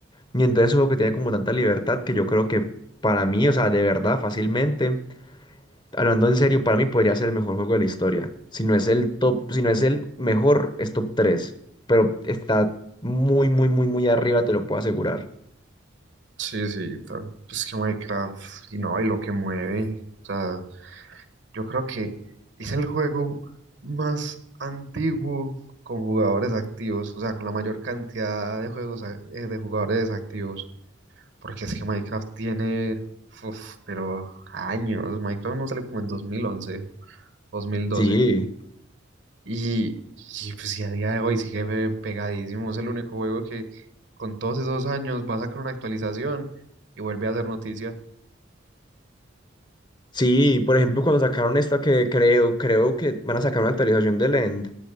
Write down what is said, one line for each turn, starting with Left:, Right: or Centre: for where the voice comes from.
Left: Y entonces es un juego que tiene como tanta libertad que yo creo que para mí, o sea, de verdad, fácilmente, hablando en serio, para mí podría ser el mejor juego de la historia. Si no es el top, si no es el mejor, es top tres Pero está muy, muy, muy, muy arriba, te lo puedo asegurar.
Right: Sí, sí, tal. Pues que Minecraft, y no, y lo que mueve. O sea, yo creo que es el juego más antiguo con jugadores activos, o sea, con la mayor cantidad de juegos a- eh, de jugadores activos. Porque es que Minecraft tiene, uf, pero años. Minecraft no salió como en 2011. dos mil doce
Left: Sí.
Right: Y, y pues y a día de hoy sigue pe- pegadísimo. Es el único juego que con todos esos años va a sacar una actualización y vuelve a hacer noticia.
Left: Sí, por ejemplo, cuando sacaron esta que creo, creo que van a sacar una actualización del End,